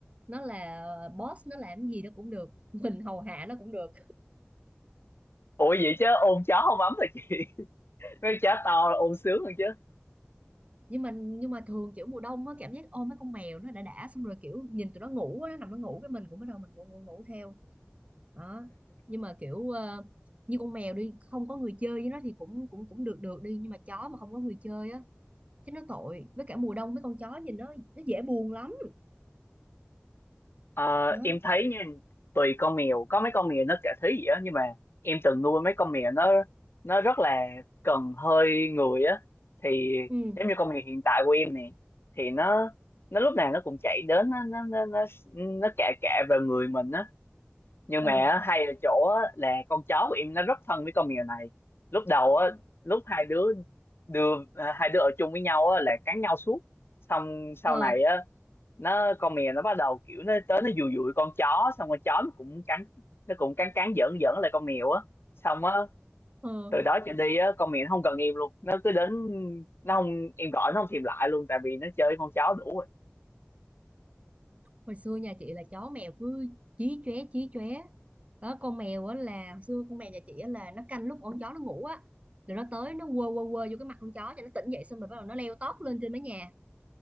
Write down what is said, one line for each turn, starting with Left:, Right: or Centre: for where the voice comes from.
Right: nó là ờ, boss nó làm gì nó cũng được <laughs> mình hầu hạ nó cũng được
Left: Ủa vậy chứ ôm chó không ấm hả chị? <laughs> Mấy con chó to là ôm sướng hơn chứ.
Right: nhưng mà nhưng mà thường kiểu mùa đông á cảm giác ôm mấy con mèo nó đã đã xong rồi kiểu nhìn tụi nó ngủ á nó nằm nó ngủ cái mình cũng bắt đầu mình ngủ ngủ, ngủ theo đó nhưng mà kiểu ờ, như con mèo đi không có người chơi với nó thì cũng cũng cũng được được đi nhưng mà chó mà không có người chơi á chứ nó tội với cả mùa đông mấy con chó nhìn nó nó dễ buồn lắm
Left: Ờ,
Right: đó
Left: em thấy nha, tùy con mèo, có mấy con mèo nó cả thế gì á, nhưng mà em từng nuôi mấy con mèo nó nó rất là cần hơi người á. Thì
Right: ừ
Left: giống như con mèo hiện tại của em nè, thì nó nó lúc nào nó cũng chạy đến nó nó nó nó, nó cạ cạ vào người mình á. nhưng
Right: ờ
Left: mà á, hay ở chỗ á, là con chó của em nó rất thân với con mèo này lúc đầu á lúc hai đứa đưa à, hai đứa ở chung với nhau á là cắn nhau suốt xong sau
Right: ờ
Left: này á nó con mèo nó bắt đầu kiểu nó tới nó dụi dụi con chó xong con chó nó cũng cắn nó cũng cắn cắn giỡn giỡn lại con mèo á xong á
Right: ờ
Left: từ đó trở đi á con mèo nó không cần em luôn nó cứ đến nó không em gọi nó không thèm lại luôn tại vì nó chơi với con chó đủ rồi
Right: hồi xưa nhà chị là chó mèo cứ chí chóe chí chóe đó con mèo á là hồi xưa con mèo nhà chị á là nó canh lúc con chó nó ngủ á rồi nó tới nó quơ quơ quơ vô cái mặt con chó cho nó tỉnh dậy xong rồi bắt đầu nó leo tót lên trên mái nhà